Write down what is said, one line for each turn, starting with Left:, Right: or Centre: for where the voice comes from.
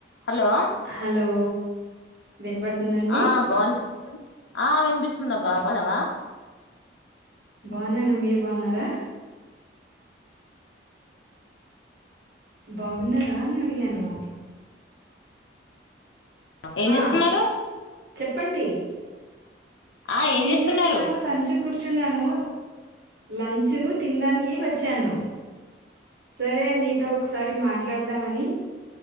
Left: hello
Right: hello వినబడుతుందండి
Left: ఆ బాగున్నా ఆ వినిపిస్తుందబ్బా బాన్నావా
Right: బాన్నాను మీరు బాన్నారా బాగున్నారా అని అడిగాను హా
Left: ఏం చేస్తున్నారు
Right: చెప్పండి
Left: ఆ
Right: ఏం
Left: చేస్తున్నారు
Right: చేస్తున్నాను లంచ్ కి కూర్చున్నాను లంచు తినడానికి వచ్చాను సరే నీతో ఒకసారి మాట్లాడదామని